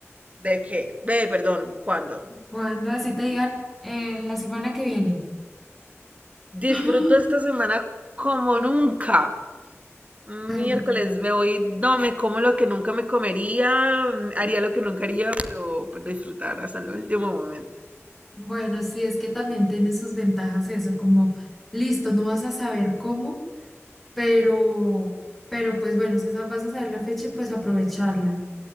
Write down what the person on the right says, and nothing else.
de qué. Ve, perdón, cuándo.
Disfruto
esta semana como nunca. Miércoles
me voy, no me como lo que nunca me comería, mm, haría lo que nunca haría, pero, pero disfrutar hasta el último momento.